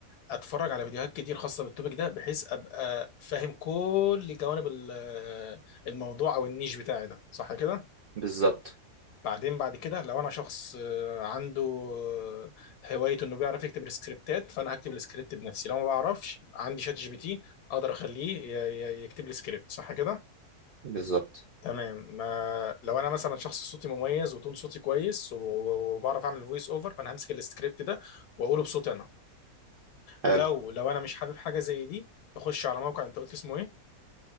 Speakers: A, on the left; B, on the right.
A: اتفرج على فيديوهات كتير خاصه بالتوبيك ده بحيث ابقى فاهم كل جوانب ال- الموضوع او النيش بتاعي ده صح كده
B: بالظبط
A: بعدين بعد كده لو انا شخص آه، عنده آه، هوايه انه بيعرف يكتب السكريبتات فانا هكتب السكريبت بنفسي لو ما بعرفش عندي شات جي بي تي اقدر اخليه ي- ي- يكتب لي سكريبت صح كده
B: بالظبط
A: تمام ما لو انا مثلا شخص صوتي مميز وتون صوتي كويس و- وبعرف اعمل فويس اوفر فانا همسك السكريبت ده واقوله بصوتي انا
B: حلو
A: لو لو انا مش حابب حاجه زي دي بخش على موقع انت قلت اسمه ايه